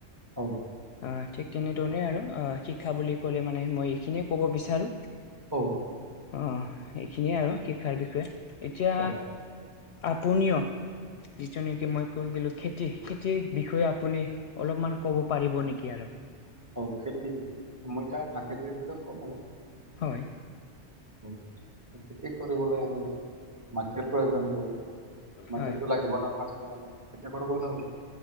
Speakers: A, on the right; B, on the left.
A: <unintelligible>
B: অহ। ঠিক তেনেধৰণে আৰু, শিক্ষা বুলি ক'লে মানে মই এইখিনিয়ে ক'ব বিচাৰোঁ।
A: অহ।
B: অহ। এইখিনিয়ে আৰু শিক্ষাৰ বিষয়ে। এতিয়া,
A: অ
B: আপুনিয় যিটো নেকি মই কৈ গলো, খেতি- খেতিৰ বিষয়ে আপুনি অলপমান ক'ব পাৰিব নেকি আৰু?
A: অহ। খেতি, মই এতিয়া ধান খেতিৰ বিষয়ে ক'ম অলপ।
B: হয়।
A: হ। খেতি কৰিবলৈ আমাক মাতিৰ প্ৰয়োজন হ'ব। মাটিতো
B: হয়
A: লাগিব নহয় ফাচটৰ কাৰণে, খেতি কৰিবলৈ হ'লে।